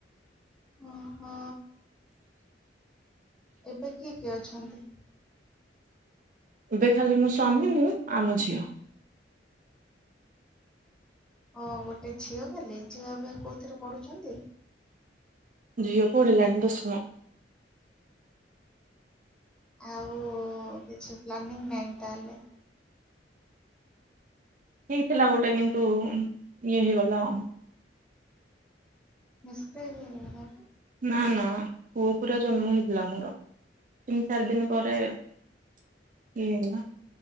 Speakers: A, in the centre; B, on the right.
A: ଓହୋ ଏବେ କିଏ କିଏ ଅଛନ୍ତି।
B: ଏବେ ଖାଲି ମୋ ସ୍ଵାମୀ ମୁଁ ଆମ ଝିଅ।
A: ଓ ଗୋଟେ ଝିଅ ଖାଲି, ଝିଅ ଏବେ କୋଉଥିରେ ପଢୁଛନ୍ତି।
B: ଝିଅ ପଢିଲାଣି ଦଶମ।
A: ଆଉ କିଛି ପ୍ଲାନିଂ ନା, ତାହେଲେ।
B: ହେଇଥିଲା ଗୋଟେ, କିନ୍ତୁ ଇଏ ହେଇଗଲା ଆଉ।
A: ମିଷ୍ଟେକ ହେଇଗଲା।
B: ନା, ନା ପୁଅ ପୁରା ଜନ୍ମ ହେଇଥିଲା, ମୋର ତିନି, ଚାରି ଦିନ ପରେ ଇଏ ହେଇଗଲା।